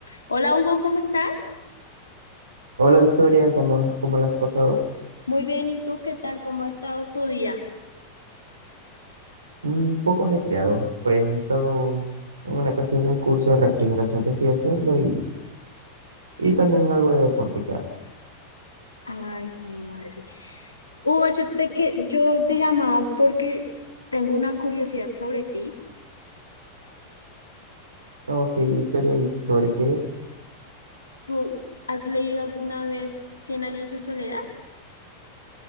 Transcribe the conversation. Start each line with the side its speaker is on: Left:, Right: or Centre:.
Left: Hola Hugo, ¿cómo estás?
Right: Hola Victoria, ¿cómo, cómo la has pasado?
Left: Muy bien, ¿y tú qué tal? ¿Cómo ha estado tu día?
Right: Mm, Un poco ajetreado, pues he estado en una cuestión de un curso de refrigeración que estoy haciendo y, y también algo de deporte que hago.
Left: Ay, mi madre. Hugo, yo te, que, yo te llamaba porque tengo una curiosidad sobre ti.
Right: Ok, Victoria, ¿y sobre qué? es?
Left: ¿Tú has leído alguna vez Cien años de soledad?